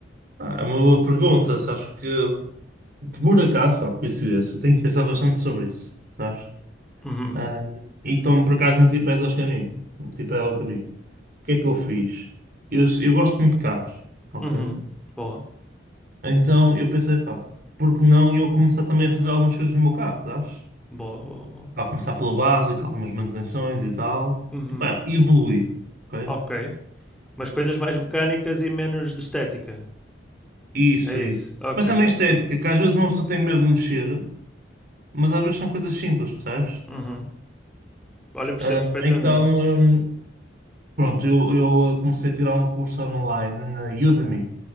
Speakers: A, on the right; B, in the centre.
A: Ah, é uma boa pergunta, sabes que por acaso, pá, por coincidência, eu tenho que pensar bastante sobre isso, sabes?
B: Uhum,
A: Ah, e então por acaso meti pés aos caminhos. Meti pés ao caminho. O que é que eu fiz? Eu, eu gosto muito de carros, ok?
B: uhum, boa,
A: Então eu pensei, pá, por que não eu começar também a fazer algumas coisas no meu carro, sabes?
B: boa, boa, boa.
A: Pá, começar pelo básico, algumas manutenções e tal.
B: Uhum,
A: E pá, evoluir, ok?
B: ok. Mas coisas mais mecânicas e menos de estética,
A: Isso,
B: é
A: isso.
B: isso? Ok,
A: Mas também estética,
B: ok.
A: que às vezes uma pessoa tem medo de mexer. mas às vezes são coisas simples, percebes?
B: Uhum. Olha, percebo
A: Ah,
B: perfeitamente.
A: então, hum, pronto, eu, eu ah, comecei a tirar um curso online na Udemy,